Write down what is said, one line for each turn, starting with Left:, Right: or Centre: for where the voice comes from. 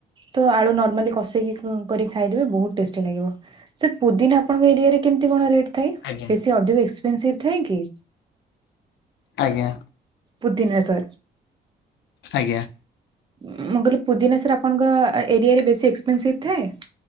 Right: ତ ଆଳୁ ନର୍ମାଲି କଷେଇକି କରି ଖାଇଦେବେ ବହୁତ ଟେଷ୍ଟି ଲାଗିବ। ସାର୍ ପୋଦିିନା ଆପଣଙ୍କ ଏରିଆରେ କେମିତି କଣ ରେଟ୍ ଥାଏ
Left: ଆଜ୍ଞା
Right: ବେଶୀ ଅଧିକ ଏକ୍ସପେନ୍ସିଭ ଥାଏ କି?
Left: ଆଜ୍ଞା।
Right: ପୋଦିନା ସାର୍।
Left: ଆଜ୍ଞା
Right: ମୁଁ କହିଲି ପୋଦିନା ସାର୍ ଆପଣଙ୍କ ଏରିଆରେ ବେଶୀ ଏକ୍ସପେନ୍ସିଭ ଥାଏ?